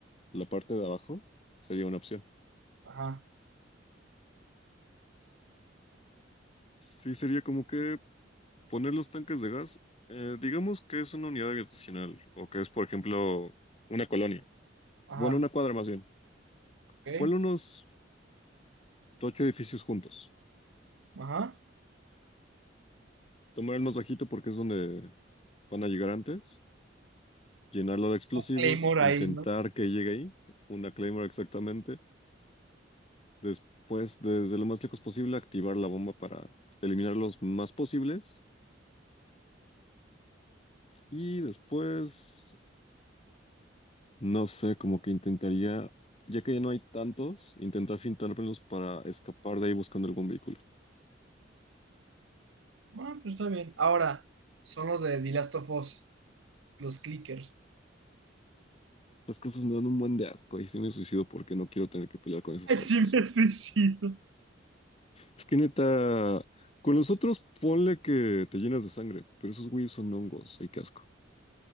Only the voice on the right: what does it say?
Ajá,
ajá,
ok,
ajá.
Claymore
ahí, ¿no?
Ah, pues está bien. Ahora, son los de The Last of Us, los clickers.
Ay,
sí me suicido.